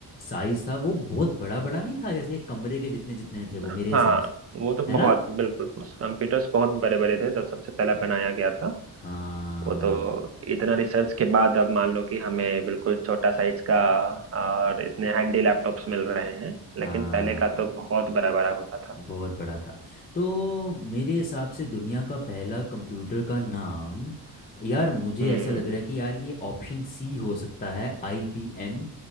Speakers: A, on the left; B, on the right.
A: साइज था वो बहुत बड़ा बड़ा नहीं था जैसे एक कमरे के जितने जितने थे वो
B: हाँ
A: मेरे हिसाब से
B: वो तो
A: है
B: बहुत
A: ना
B: बिल्कुल कंप्यूटर्स बहुत बड़े बड़े थे जब सबसे पहला बनाया गया था
A: हाँ
B: वो तो इतना रिसर्च के बाद अब मान लो कि हमें बिल्कुल छोटा साइज का और इतने हैंडी लैपटॉप्स मिल रहे हैं
A: हाँ
B: लेकिन पहले का तो बहुत बड़ा बड़ा होता था
A: बहुत बड़ा था तो मेरे हिसाब से दुनिया का पहला कंप्यूटर का नाम यार मुझे
B: हम्म
A: ऐसा लग रहा है कि यार ये ऑप्शन सी हो सकता है I B M